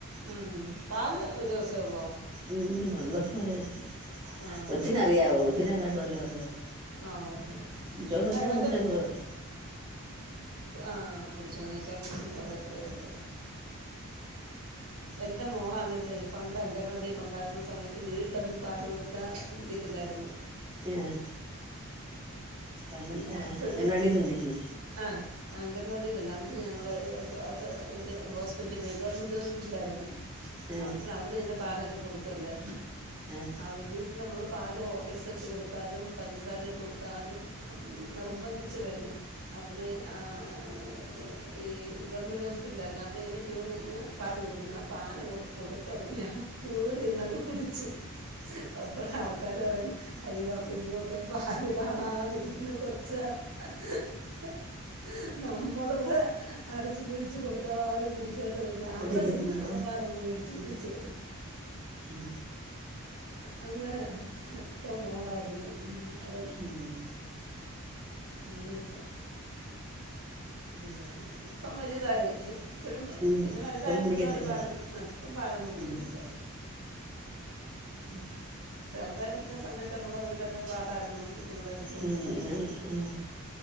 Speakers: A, on the right; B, on the right.
A: ഉം പാല് ഒര് ദിവസേ ഒള്ളോ?
B: ഉം ഒള്ളതും പറയാ
A: ആ
B: കൊച്ചിന് അറിയാവോ? കൊച്ചിനെങ്ങാട്ടും വല്ലോ അറിയാവോ
A: ആ ഓ ഓ
B: കുടിച്ചോന്ന്
A: അല്ല
B: ചോയിച്ചാ
A: എന്നാലും
B: കുടിച്ചന്ന് പറയും.
A: ആഹ് കുടിച്ചോന്ന് ചോയ്ച്ചാ കുടിച്ചന്ന് പറയും. അത്രേഒള്ളൂ എൻ്റെ മോളാണല്ലേ പണ്ട് അംഗൻവാടി കൊണ്ടാകുന്ന സമയത്ത് വീട്ടിലൊന്നും പാല് കൊടുത്താൽ കുടിക്കത്തില്ലായിരുന്നു.
B: ഏഹ് അങ്ങ ഏഹ്
A: അപ്പഴ്
B: അംഗൻവാടിന്ന് കുടിക്കും
A: ആഹ് അംഗൻവാടി ഇതെല്ലാം ഞങ്ങള് അവക്ക് ത് ഹോസ്പിറ്റലി പോയി ഗവണ്മെന്റ് ഹോസ്പിറ്റൽ ആയിരുന്നു
B: ഏഹ്
A: അപ്പൊയ് അ അവിടന്ന് പാലൊക്കെ കൊടുക്കു അല്ലേ
B: ഏഹ്
A: അവര് നമ്മള് പാല് ഹോർലിക്സ് ഇട്ട് കൊടുത്താലും പഞ്ചസാര ഇട്ട് കൊടുത്താലും നിർബന്ധിച്ച് കഴിക്കണം അപ്പഴേ ആഹ് ഈ ഗവൺമെൻറ് ഹോസ്പിറ്റലായിരുന്നു അവിടെന്ന് ക്യൂ നിന്ന് പാല് കൊടുക്കുന്നെ. ആ പാലങ്ങോട്ട് കൊടുത്ത ഉടനെ ആഹ് ക്യൂല് നിന്നങ്ങ് കുടിച്ച്. അപ്പ ആൾക്കാര് പറയുന്നു അയ്യോ ആ കുഞ്ഞുമൊക്കെ പാല് കാണാതിരിക്കുന്ന കൊച്ചാ. <unintelligible> നമ്മളിവിടെ അടിച്ചു പിടിച്ചു കൊടുത്താലും കുടിക്കാത്ത കുഞ്ഞാ
B: കുടിക്കുന്നില്ല
A: അവിടെ നിന്ന് ആ പാലങ്ങ് മേടിച്ചു കുടി ച്ച്
B: ഉം
A: അങ്ങനത്ത മോളായിരുന്നു ഉം അത്
B: ഉം
A: മൂളിയപ്പാ ആഹ് ഇപ്പം വലുതായി ഇപ്പഴും
B: ഉം
A: പിന്നെ
B: ഇപ്പൊ
A: വലുതായൊണ്ട്
B: കുടിക്കത്തില്ല
A: ഇപ്പോ അവര് പാലൊന്നും ഇപ്പ പാലൊന്നും കുടിക്കത്തില്ല
B: ഉം
A: ഉം ചെറുതായിരിക്കുന്ന സമയത്ത് നമ്മൾ എന്തെല്ലാം പാടായിരുന്നു കുഞ്ഞുങ്ങളെ ഫുഡ് കൊടുക്കാൻ
B: ഉം ആന്ന് ഉം